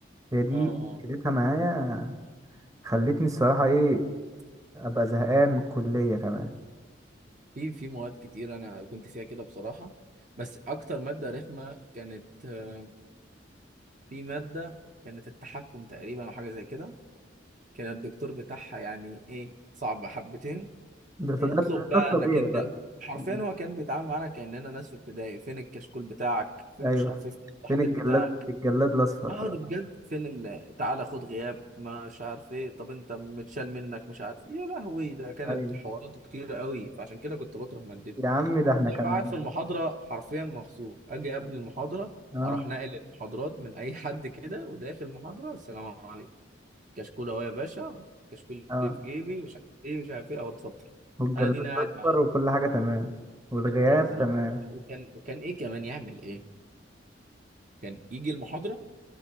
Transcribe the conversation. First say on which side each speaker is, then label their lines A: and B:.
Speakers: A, on the right; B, on the right.
A: هي دي
B: اه اه
A: مشكلتها معايا خلتني الصراحة ايه ابقى زهقان من الكليه كمان
B: في في مواد كتير انا كنت فيها كده بصراحة بس اكتر مادة رخمة كانت آه، في مادة كانت التحكم تقريبا او حاجة زي كده كان الدكتور بتاعها يعني ايه صعب حبتين
A: ده
B: إيه،
A: ده ده
B: اطلب بقى
A: ده الطبيعي
B: انك انت
A: بقى
B: حرفيا
A: م-
B: هو كان بيتعامل معانا كأننا ناس في ابتدائي فين الكشكول بتاعك فين
A: ايوه
B: مش عارف إيه؟ التحضير
A: فين الجلاد
B: بتاعك
A: الجلاد الاصفر
B: اه
A: بقى؟
B: ده بجد فين ال... تعالى خد غياب مش عارف ايه طب انت متشال منك مش عارف إيه. يا لهوي ده كانت
A: ايوه
B: حواراته كتير قوي فعشان كده كنت بكره مادته
A: يا عم ده
B: وكنت
A: احنا كمان
B: قاعد في المحاضره حرفيا مغصوب اجي قبل المحاضره
A: اه
B: اروح ناقل المحاضرات من اي حد كده وداخل المحاضره السلام عليكم كشكول اهو يا باشا كشكول
A: اه
B: اللي في جيبي مش عارف ايه مش عارف ايه اهو اتفضل
A: والجلاد
B: انا دينا قاعد
A: الاصفر
B: معاه
A: وكل حاجه تمام والغياب
B: بالظبط
A: تمام
B: وكان وكان ايه كمان يعمل ايه كان يجي المحاضره